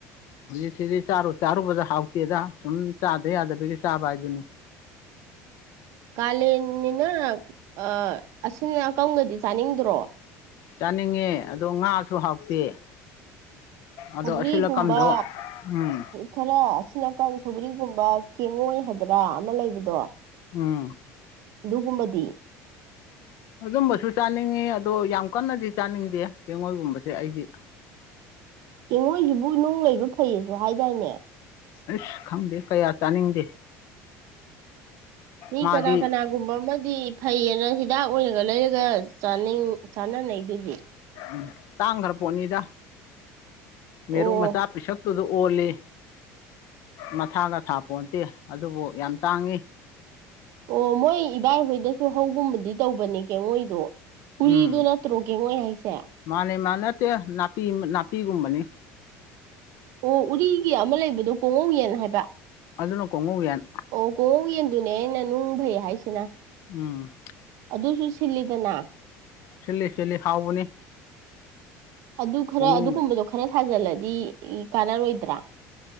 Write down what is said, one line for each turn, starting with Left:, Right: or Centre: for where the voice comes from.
Left: ꯍꯧꯖꯤꯛꯁꯤꯗꯤꯔ ꯆꯥꯔꯨꯕꯗ ꯍꯥꯎꯇꯦꯗ ꯁꯨꯝ ꯆꯥꯗ ꯌꯥꯗꯕꯒꯤ ꯆꯥꯕ ꯍꯥꯏꯗꯨꯅꯤ
Right: ꯀꯥꯂꯦꯟꯅꯤꯅ ꯑꯥ ꯑꯁꯤꯅ ꯑꯀꯪꯒꯗꯤ ꯆꯥꯅꯤꯡꯗ꯭ꯔꯣ
Left: ꯆꯥꯅꯤꯡꯉꯦ ꯑꯗꯣ ꯉꯥꯁꯨ ꯍꯥꯎꯇꯦ ꯑꯗꯣ
Right: ꯁꯧꯒ꯭ꯔꯤꯒꯨꯝꯕ
Left: ꯑꯁꯨꯜ ꯑꯀꯝꯗꯣ ꯎꯝ
Right: ꯈꯔ ꯑꯁꯤꯅꯀ ꯁꯧꯒ꯭ꯔꯤꯒꯨꯝꯕ ꯀꯦꯉꯣꯏ ꯍꯥꯏꯕ꯭ꯔꯥ ꯑꯃ ꯂꯩꯕꯗꯣ
Left: ꯎꯝ
Right: ꯑꯗꯨꯒꯨꯝꯕꯗꯤ
Left: ꯑꯗꯨꯝꯕꯁꯨ ꯆꯥꯅꯤꯡꯉꯤ ꯑꯗꯣ ꯌꯥꯝ ꯀꯟꯅꯗꯤ ꯆꯥꯅꯤꯡꯗꯦ ꯀꯦꯡꯉꯣꯏꯒꯨꯝꯕꯁꯦ ꯑꯩꯗꯤ
Right: ꯀꯦꯡꯉꯣꯏꯁꯤꯕꯨ ꯅꯨꯡ ꯂꯩꯕ ꯐꯩꯌꯦꯁꯨ ꯍꯥꯏꯗꯥꯏꯅꯦ
Left: ꯑꯁ ꯈꯪꯗꯦ ꯀꯌꯥ ꯆꯥꯅꯤꯡꯗꯦ
Right: ꯃꯤ
Left: ꯃꯥꯗꯤ
Right: ꯀꯅꯥ ꯀꯅꯥꯒꯨꯝꯕ ꯑꯃꯗꯤ ꯐꯩꯌꯦꯅ ꯍꯤꯗꯥꯛ ꯑꯣꯏꯅꯔꯒ ꯂꯩꯔꯒꯅꯤꯡ ꯆꯅꯤꯡ ꯆꯥꯅꯅꯩꯗꯨꯗꯤ
Left: ꯎꯝ ꯇꯥꯡꯈ꯭ꯔ ꯄꯣꯠꯅꯤꯗ ꯃꯦꯔꯨ
Right: ꯑꯣ
Left: ꯃꯆꯥ ꯄꯤꯁꯛ ꯇꯨꯗ ꯑꯣꯜꯂꯤ ꯃꯊꯥꯒ ꯊꯥ ꯄꯣꯟꯇꯦ ꯑꯗꯨꯕꯨ ꯌꯥꯝ ꯇꯥꯡꯉꯤ
Right: ꯑꯣ ꯃꯣꯏ ꯏꯕꯥꯏꯍꯣꯏꯗꯁꯨ ꯍꯧꯒꯨꯝꯕꯗꯤ ꯇꯧꯕꯅꯤ ꯀꯦ ꯉꯣꯏꯗꯣ ꯎꯔꯤꯗꯨ
Left: ꯎꯝ
Right: ꯅꯠꯇ꯭ꯔꯣ ꯀꯦꯉꯣꯏ ꯍꯥꯏꯁꯦ
Left: ꯃꯥꯅꯦ ꯃꯥ ꯅꯠꯇꯦ ꯅꯥꯄꯤ ꯅꯥꯄꯤꯒꯨꯝꯕꯅꯤ
Right: ꯑꯣ ꯎꯔꯤꯒꯤ ꯑꯃ ꯂꯩꯕꯗꯣ ꯀꯣꯉꯧ ꯌꯦꯟ ꯍꯥꯏꯕ
Left: ꯑꯗꯨꯅ ꯀꯣꯡꯉꯧꯌꯦꯟ
Right: ꯑꯣ ꯀꯣꯉꯧ ꯌꯦꯟꯗꯨꯅꯦ ꯑꯩꯅ ꯅꯨꯡ ꯐꯩ ꯍꯥꯏꯁꯤꯅ
Left: ꯎꯝ
Right: ꯑꯗꯨꯁꯨ ꯁꯤꯜꯂꯤꯗꯅ
Left: ꯁꯤꯜꯂꯤ ꯆꯦꯜꯂꯤ ꯍꯥꯎꯕꯅꯤ
Right: ꯑꯗꯨ ꯈꯔ
Left: ꯀꯣꯡꯉꯧ
Right: ꯑꯗꯨꯒꯨꯝꯕꯗꯣ ꯈꯔ ꯊꯥꯖꯜꯂꯗꯤ ꯀꯥꯟꯅꯔꯣꯏꯗ꯭ꯔꯥ